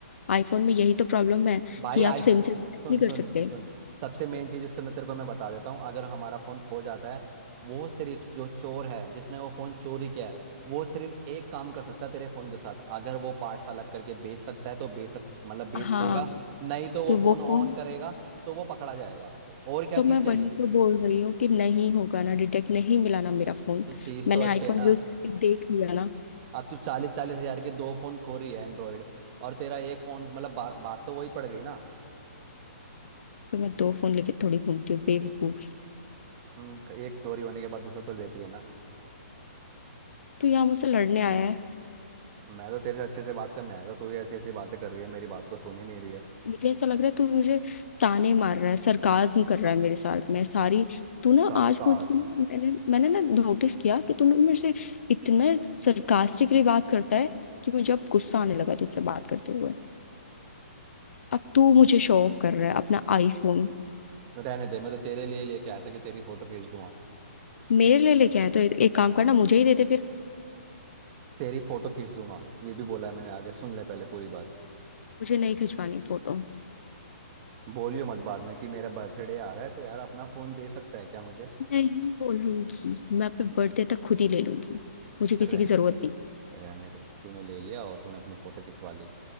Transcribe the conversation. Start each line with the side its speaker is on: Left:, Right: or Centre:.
Left: आईफोन में यही तो प्रॉब्लम है
Right: भाई
Left: कि आप
Right: आई
Left: सिम से
Right: सुन
Left: डिटेक्ट नहीं कर
Right: सुन
Left: सकते
Right: सुन सबसे मेन चीज इसके अंदर तेरे को मैं बता देता हूँ अगर हमारा फोन खो जाता है वो सिर्फ जो चोर है जिसने वो फोन चोरी किया है वो सिर्फ एक काम कर सकता है तेरे फोन के साथ अगर वो पार्ट्स अलग करके बेच सकता है तो बेच सक मतलब बेच
Left: हाँ
Right: देगा नहीं तो वो
Left: तो वो
Right: फोन ऑन
Left: फोन
Right: करेगा तो वो पकड़ा जाएगा और क्या
Left: तो
Right: चीज
Left: मैं
Right: चाहिए
Left: वही तो बोल रही हूँ कि नहीं होगा ना डिटेक्ट नहीं मिला ना मेरा फोन
Right: तो चीज
Left: मैंने
Right: तो अच्छी
Left: आईफोन
Right: है ना
Left: यूज करके देख लिया ना
Right: अब तू चालीस चालीस हजार के दो फोन खो रही है एंड्रॉयड और तेरा एक फोन मतलब बा, बात तो वही पड़ गई ना
Left: तो मैं दो फोन लेके थोड़ी घूमती हूँ बेवकूफ
Right: हम्म, एक चोरी होने के बाद दूसरा तो लेती है ना
Left: तू यहाँ मुझसे लड़ने आया है
Right: मैं तो तेरे से अच्छे से बात करने आया था तू ही ऐसी ऐसी बातें कर रही है मेरी बात को सुन ही नहीं रही है
Left: मुझे ऐसा लग रहा है तू मुझे ताने मार रहा है सरकाज्म कर रहा है मेरे साथ में सारी तू ना
Right: सार्कास्म
Left: आज मुझ मैंने मैंने ना नोटिस किया कि तू ना मेरे से इतना सरकास्टिकली बात करता है कि मुझे अब गुस्सा आने लगा तुझसे बात करते हुए अब तू मुझे शो ऑफ कर रहा है अपना आईफोन
Right: रहने दे मैं तो तेरे लिए लेके आया था कि तेरी फोटो खींच दूंगा
Left: मेरे लिए लेके आया तो एक एक काम करना मुझे ही दे दे फिर
Right: तेरी फोटो खींच दूंगा ये भी बोला है मैंने आगे सुन ले पहले पूरी बात
Left: मुझे नहीं खिंचवानी फोटो
Right: बोलियो मत बाद में कि मेरा बर्थडे आ रहा है तो यार अपना फोन दे सकता है क्या मुझे
Left: नहीं बोलूंगी मैं अपने बर्थडे तक खुद ही ले लूंगी मुझे
Right: रह
Left: किसी की जरूरत नहीं
Right: रहने दे तूने ले लिया और तूने अपनी फोटो खिंचवा ली